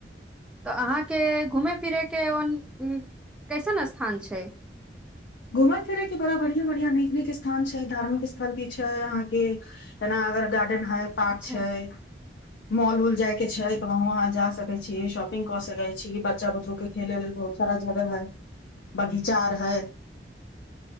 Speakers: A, in the centre; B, on the left (about 85°).
A: तऽ अहाँके घूमय फिरयके उन कैसन स्थान छै
B: घुमै फिरै कि बड़ा बढ़िया-बढ़ियाँ निक निक स् हँ छै धार्मिक स्थल भी छै अहाँ के एना अगर गार्डेन है पार्क
A: अच्छा
B: छै मॉल उल जाय के छै तऽ वहाँ जा सकै छी शॉपिंग क सकै छी बच्चा बुतरु के खेले लेल बहुत सारा जगह है बगीचा आर हैऽ